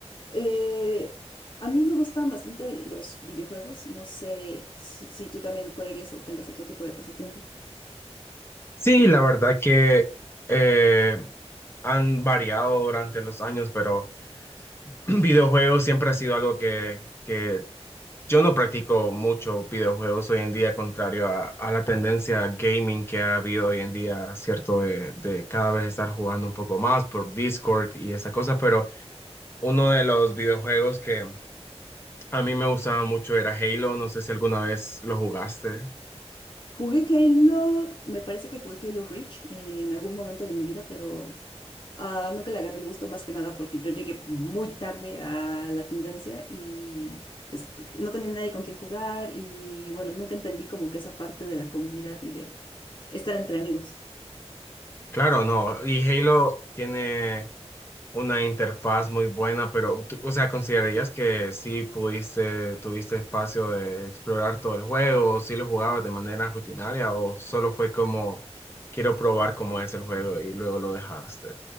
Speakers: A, on the left; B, on the left.
A: Eh, a mí me gustan bastante los videojuegos. No sé si, si tú también juegues o tengas otro tipo de pasatiempo.
B: Sí, la verdad que eh, han variado durante los años, pero <clears throat> videojuegos siempre ha sido algo que, que yo no practico mucho videojuegos hoy en día, contrario a, a la tendencia gaming que ha habido hoy en día, ¿cierto? De, de cada vez estar jugando un poco más por Discord y esa cosa, pero uno de los videojuegos que a mí me gustaba mucho era Halo, no sé si alguna vez lo jugaste.
A: Jugué Halo, me parece que jugué Halo Reach en algún momento de mi vida, pero ah, nunca le agarré el gusto más que nada porque yo llegué muy tarde a la tendencia y pues no tenía nadie con quien jugar y bueno, nunca entendí como que esa parte de la comunidad y de estar entre amigos.
B: Claro, no. Y Halo tiene una interfaz muy buena, pero, tú- o sea, ¿considerarías que sí pudiste, tuviste espacio de explorar todo el juego? ¿Sí lo jugabas de manera rutinaria o solo fue como, quiero probar cómo es el juego y luego lo dejaste?